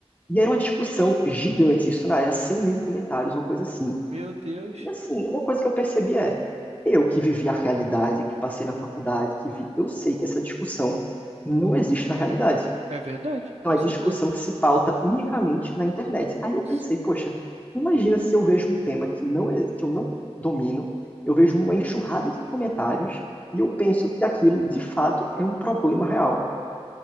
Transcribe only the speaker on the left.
E era uma discussão gigante, isso na era 100 mil comentários, uma coisa assim.
E assim, uma coisa que eu percebi é, eu que vivi a realidade, que passei na faculdade, que vi, eu sei que essa discussão não existe na realidade.
Então
é discussão
que se pauta unicamente na internet. Aí eu
pensei, poxa, imagina se eu vejo um tema que não é- que eu não domino, eu vejo uma enxurrada de comentários e eu penso que aquilo de fato é um problema real.